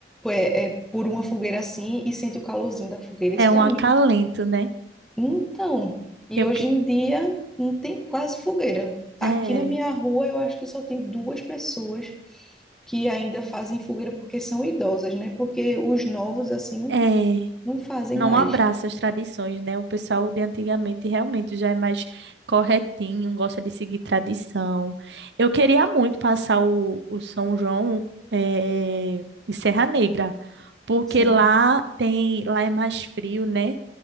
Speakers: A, in the centre; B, on the right.
A: é, é, por uma fogueira assim e sente o calorzinho da fogueira. Isso
B: É
A: para
B: um acalento,
A: mim
B: né?
A: então, e
B: Eu
A: hoje
B: que
A: em dia não tem quase fogueira. Aqui
B: é,
A: na minha rua eu acho que só tem duas pessoas que ainda fazem fogueira porque são idosas, né? Porque os novos assim
B: é,
A: não fazem
B: não
A: mais.
B: abraça as tradições, né? O pessoal de antigamente realmente já é mais corretinho, gosta de seguir tradição. Eu queria muito passar o, o São João é, em Serra Negra, porque
A: Sim,
B: lá tem, lá é mais frio, né?